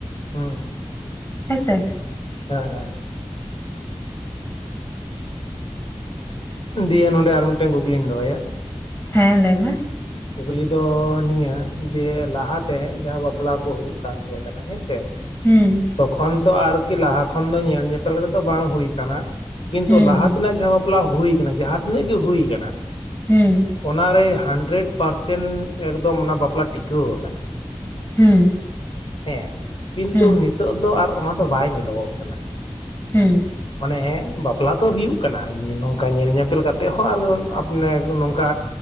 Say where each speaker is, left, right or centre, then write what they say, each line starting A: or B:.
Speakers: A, on the left; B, on the left.
A: ᱦᱩᱸ᱾
B: ᱦᱮᱸ ᱥᱮ᱾
A: ᱦᱮᱸ ᱦᱮᱸ ᱦᱮᱸ᱾ ᱦᱩᱸ, ᱫᱤᱭᱮ ᱱᱚᱸᱰᱮ ᱟᱨ ᱢᱤᱫᱴᱮᱱ ᱠᱩᱠᱞᱤᱧ ᱫᱚᱦᱚᱭᱟ᱾
B: ᱦᱮᱸ, ᱞᱟᱹᱭ ᱢᱮ᱾
A: ᱠᱩᱠᱞᱤ ᱫᱚ ᱱᱤᱭᱟᱹ, ᱡᱮ ᱞᱟᱦᱟᱛᱮ ᱡᱟᱦᱟᱸ ᱵᱟᱯᱞᱟ ᱠᱚ ᱦᱩᱭᱩᱜ ᱠᱟᱱ ᱛᱟᱦᱮᱸ ᱠᱟᱱᱟ ᱦᱮᱸ ᱥᱮ᱾
B: ᱦᱩᱸ
A: ᱛᱚᱠᱷᱚᱱ ᱛᱚ ᱟᱨᱠᱤ ᱞᱟᱦᱟ ᱠᱷᱚᱱ ᱫᱚ ᱧᱮᱞ ᱧᱮᱯᱮᱞ ᱠᱟᱛᱮᱫ ᱫᱚ ᱵᱟᱝ ᱦᱩᱭ ᱠᱟᱱᱟ᱾ ᱠᱤᱱᱛᱩ
B: ᱦᱩᱸ
A: ᱞᱟᱦᱟ ᱛᱮᱱᱟᱜ ᱡᱟᱦᱟᱸ ᱵᱟᱯᱞᱟ ᱦᱩᱭ ᱠᱟᱱᱟ, ᱡᱟᱦᱟᱸ ᱛᱤᱱᱟᱹᱜ ᱜᱮ ᱦᱩᱭ ᱠᱟᱱᱟ
B: ᱦᱩᱸ᱾
A: ᱚᱱᱟᱨᱮ ᱦᱟᱱᱰᱮᱨᱮᱰ ᱯᱟᱨᱥᱮᱱ ᱮᱠᱫᱚᱢ ᱚᱱᱟ ᱵᱟᱯᱞᱟ ᱴᱤᱠᱟᱹᱣ ᱠᱟᱱᱟ᱾
B: ᱦᱩᱸ᱾
A: ᱦᱮᱸ, ᱠᱤᱱᱛᱩ
B: ᱦᱩᱸ
A: ᱱᱤᱛᱳᱜ ᱫᱚ ᱟᱨ ᱚᱱᱟ ᱫᱚ ᱵᱟᱭ ᱧᱮᱞᱚᱜᱚᱜ ᱠᱟᱱᱟ᱾
B: ᱦᱩᱸ᱾
A: ᱢᱟᱱᱮ ᱵᱟᱯᱞᱟ ᱛᱚ ᱦᱩᱭᱩᱜ ᱠᱟᱱᱟ ᱱᱚᱝᱠᱟ ᱧᱮᱞ ᱧᱮᱯᱮᱞ ᱠᱟᱛᱮ ᱠᱟᱛᱮ ᱦᱚᱸ, ᱟᱨ ᱟᱯᱱᱮ ᱱᱚᱝᱠᱟ